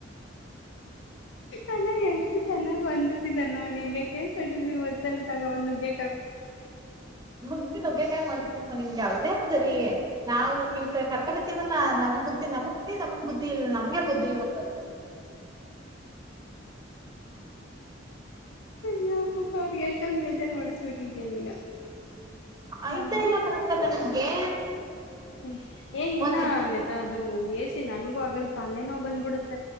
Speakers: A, on the left; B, on the right.
A: ಅಲ್ಲ <unintelligible> ಎಷ್ಟು ಚೆನ್ನಾಗ್ ಒಂದಿಸಿದಾರ ನೋ ನಿನ್ಗೆ ಕೇಸಡಿದ್ವಿ ಒ್ಲ ತಗೊ ಒಂದುಗೆ.
B: ಮುಗ್ದಿ ನಗ್ಗೆಕಾಯ್ ಮಾಡ್ಸ್ಬೇಕು ನಿಮ್ಗೆ ಅದೇ ಸರಿ ನಾವು ಇ ಕರ್ತಗತಿವಲ್ಲ ನಮ್ ಬುದ್ಧಿ ನಮ. ನಮ್ ಬುದಿ ಇ ನಮಗೆ. ಬುದ್ದಳಕ್ಕ ಎಲ್ಲ.
A: ಯ ಅಪ್ಪಪ್ಪ ಅವ್ರಿಗೆ ಎಷ್ಟೊಂದು ಬೇಜಾರು ಮಾಡಿಸ್ಬಿಟ್ಟಿದೀಯ ನೀನು.
B: ಆಯ್ತಾ
A: ಹಾ
B: ಇಲ್ಲ ಕನಕಂದ ನನ್ಗೆ.
A: ಹ್ಮ್. ಏ ಇಲ್ಲ
B: ಒಂದ್
A: ಅನತ್ರಾ ಅದು ಎಷ್ಟ. ನನ್ಗೂಗಲ್ ಅಲ್ಲ ನವು ಬಂದ್ಬಿಡತ್.